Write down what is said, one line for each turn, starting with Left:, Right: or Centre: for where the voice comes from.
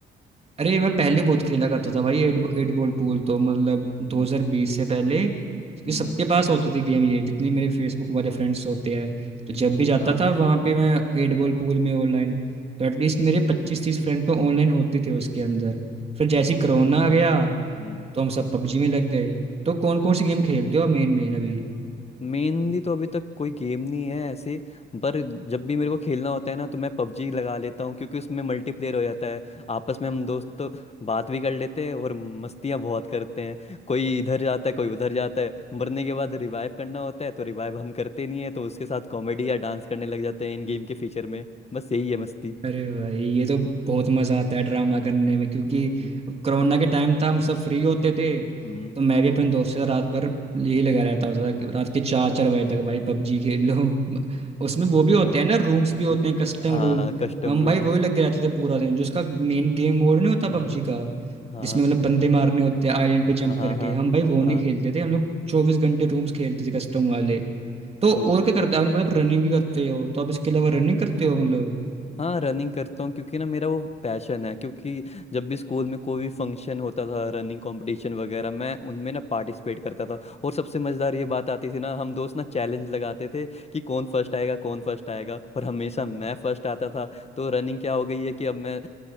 Right: अरे मैं पहले बहुत खेला करता था भाई एट एट बॉल पूल तो मतलब
Left: हम्म
Right: 2020 से पहले ये
Left: हम्म,
Right: सबके पास होती थी गेम ये जितने मेरे फेसबुक वाले फ्रेंड्स होते हैं तो जब भी जाता
Left: हाँ
Right: था वहाँ पे मैं एट बॉल पूल में ऑनलाइन तो एटलीस्ट मेरे पच्चीस तीस फ्रेंड तो ऑनलाइन होते थे उसके अंदर फिर जैसे ही कोरोना
Left: हम्म
Right: आ गया
Left: हम्म।
Right: तो हम सब पबजी में लग गए तो कौन कौन सी गेम खेलते हो मेन मेन अभी
Left: मेनली तो अभी तक कोई गेम नहीं है ऐसे पर जब भी मेरे को खेलना होता है ना तो मैं पबजी लगा लेता हूँ क्योंकि उसमें मल्टीप्लेयर हो जाता है आपस में हम दोस्त तो बात भी कर लेते हैं और मस्तियाँ बहुत करते हैं कोई इधर जाता है कोई उधर जाता है मरने के बाद रिवाइव करना होता है तो रिवाइव हम करते नहीं है तो उसके साथ कॉमेडी या डांस करने लग जाते हैं इन गेम के फीचर में बस यही है मस्ती
Right: अरे भाई ये तो बहुत मजा आता है ड्रामा करने में क्योंकि
Left: हम्म
Right: कोरोना के टाइम था हम सब फ्री होते थे
Left: हम्म
Right: तो मैं भी अपने दोस्त के साथ रात भर यही लगा रहता होता था रात के चार चार बजे तक भाई पबजी खेल लो <laughs> उसमें वो भी
Left: हाँ,
Right: होते हैं ना रूम्स
Left: हम्म,
Right: भी होते हैं कस्टम
Left: आ
Right: रूम
Left: कस्टम
Right: हम
Left: रूम्स
Right: भाई वही लग गए रहते थे पूरा दिन जिसका मेन गेम मोड नहीं होता
Left: हम्म
Right: पबजी का
Left: हाँ
Right: जिसमें मतलब बंदे मारने होते हैं आइलैंड पे जंप
Left: हाँ हाँ
Right: करके
Left: हाँ
Right: हम भाई वो नहीं
Left: हाँ,
Right: खेलते थे हम लोग चौबीस घंटे रूम्स खेलते थे कस्टम वाले तो
Left: ओ
Right: और क्या करते हो आपने मतलब रनिंग भी करते हो तो आप इसके अलावा रनिंग करते हो मतलब
Left: हाँ रनिंग करता हूँ क्योंकि ना मेरा वो पैशन है क्योंकि जब भी स्कूल में कोई भी फंक्शन होता था रनिंग कंपटीशन वगैरह मैं उनमें ना पार्टिसिपेट करता था और सबसे मज़ेदार ये बात आती थी ना हम दोस्त ना चैलेंज लगाते थे कि कौन फर्स्ट आएगा कौन फर्स्ट आएगा और हमेशा मैं फर्स्ट आता था तो रनिंग क्या हो गई है कि अब मैं